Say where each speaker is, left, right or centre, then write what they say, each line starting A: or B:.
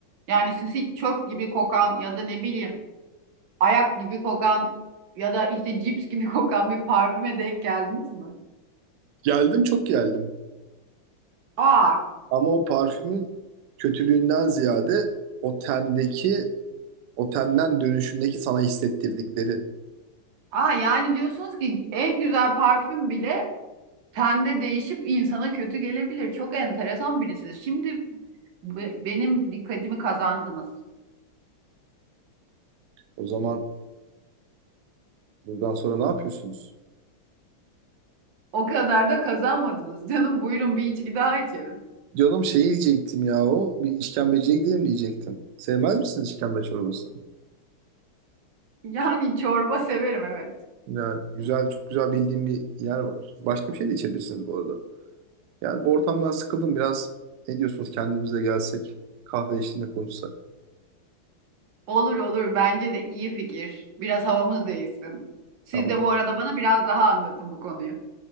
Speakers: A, on the right; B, on the right.
A: Yani sisi çöp gibi kokan ya da ne bileyim ayak gibi kokan ya da işte cips gibi <laughs> kokan bir parfüme denk geldiniz mi?
B: Geldim çok geldim.
A: Aa,
B: Ama o parfümün kötülüğünden ziyade o tendeki Otelden dönüşündeki sana hissettirdikleri.
A: aa yani diyorsunuz ki en güzel parfüm bile tende değişip insana kötü gelebilir. Çok enteresan birisiniz. Şimdi be- benim dikkatimi kazandınız.
B: O zaman buradan sonra ne yapıyorsunuz?
A: O kadar da kazanmadınız. Canım buyurun bir içki daha içelim.
B: Canım şey diyecektim ya o. Bir işkembeciye gidelim diyecektim. Sevmez misiniz işkembe çorbasını?
A: Yani çorba severim evet.
B: Ya güzel, çok güzel bildiğim bir yer var. Başka bir şey de içebilirsiniz bu arada. Yani bu ortamdan sıkıldım biraz. Ne diyorsunuz kendimize gelsek, kahve eşliğinde konuşsak?
A: Olur olur. Bence de iyi fikir. Biraz havamız değişsin. Siz
B: Tamam.
A: de bu arada bana biraz daha anlatın bu konuyu.